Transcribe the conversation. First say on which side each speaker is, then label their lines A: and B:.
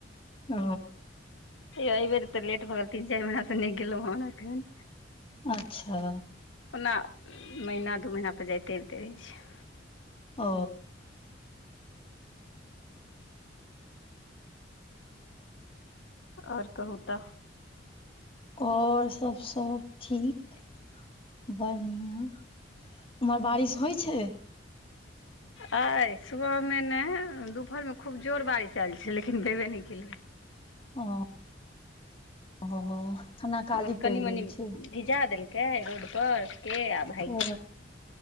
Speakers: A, on the left; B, on the left.
A: ओ।
B: हेया एबेर तऽ लेट भऽ गेल, तीन-चार महिना से नै गेलौहन एखन।
A: अच्छा
B: ओना महीना दू महीना पे जाइते आबते रहै छियै।
A: ओ।
B: और कहु तऽ।
A: और सब सब ठीक बढ़ियाँ, उम्हर बारिश होय छै।
B: अय सुबह मे नै दुपहर मे खूब जोर बारिश आएल छै, लेकिन भेबे नै केलैया।
A: ओ। ओ एखन अकाली
B: बस कनि
A: पैड़
B: मनि
A: गेल छै।
B: भिजा देलकै रोड पर के आ भागि गेलै
A: ओ